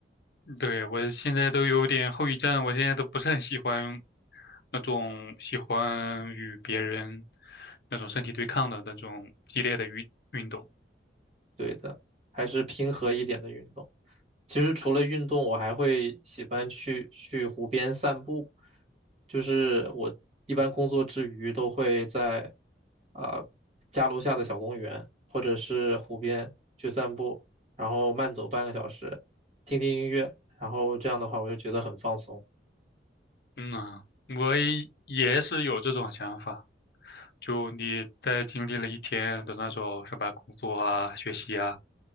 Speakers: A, on the left; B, on the right.
A: 对，我现在都有点后遗症，我现在都不是很喜欢那种喜欢与别人那种身体对抗的那种激烈的运运动。
B: 对的，还是平和一点的运动。其实除了运动，我还会喜欢去去湖边散步。就是我一般工作之余都会在呃家楼下的小公园或者是湖边去散步，然后慢走半个小时，听听音乐，然后这样的话我就觉得很放松。
A: 嗯啊，我也也是有这种想法。就你在经历了一天的那种什么工作啊、学习啊，